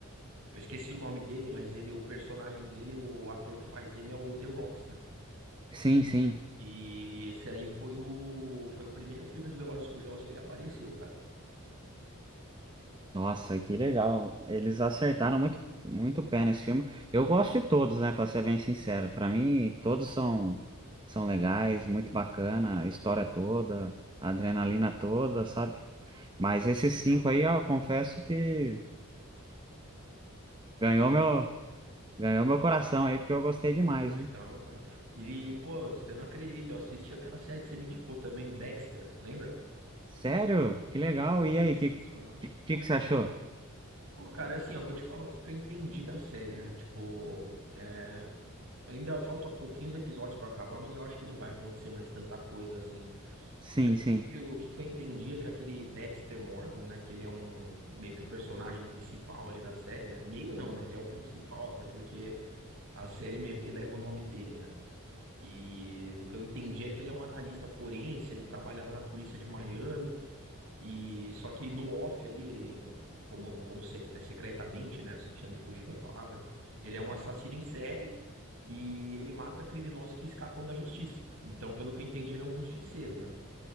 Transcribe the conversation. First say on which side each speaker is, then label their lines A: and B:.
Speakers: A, on the right; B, on the right.
A: Eu esqueci o nome dele, mas ele, o personagem dele, o ator que faz ele é o The Rock, né?
B: Sim, sim.
A: E esse aí foi o, foi o primeiro filme do Velozes e Furiosos que ele apareceu, cara.
B: Nossa, que legal. Eles acertaram muito, muito o pé nesse filme. Eu gosto de todos, né, para ser bem sincero. Para mim, todos são são legais, muito
A: Uhum.
B: bacana, a história toda, a adrenalina toda, sabe? Mas
A: Pô,
B: esses
A: tá legal.
B: cinco aí, ó, confesso que ganhou meu ganhou meu coração aí, porque eu gostei
A: Pô,
B: demais.
A: legal, cara. E, pô, você não acredita, eu assisti aquela série que você me indicou também, Dexter, lembra?
B: Sério? Que legal.
A: Pô,
B: E
A: sensacional.
B: aí, o que, que, que que você achou?
A: Pô, cara, assim, eu vou te falar o que que eu entendi da série, né? Tipo, é, ainda falta pouquinhos episódios pra acabar, mas eu acho que não vai acontecer mais tanta coisa assim.
B: Sim,
A: O
B: sim.
A: que que eu, o que que eu entendi é que aquele Dexter Morgan, né? Que ele é um meio que o personagem principal ali da série, né? Meio não, né? Ele é o principal, até porque a série meio que leva o nome dele, né? E o que eu entendi é que ele é um analista forense, ele trabalha lá na polícia de Miami, e só que no off ali, ele, no- como, como se- é secretamente, né? Você tinha me fugido da palavra, ele é um assassino em série. E ele mata criminosos que escapam da justiça. Então, pelo que eu entendi, ele é um justiceiro, né?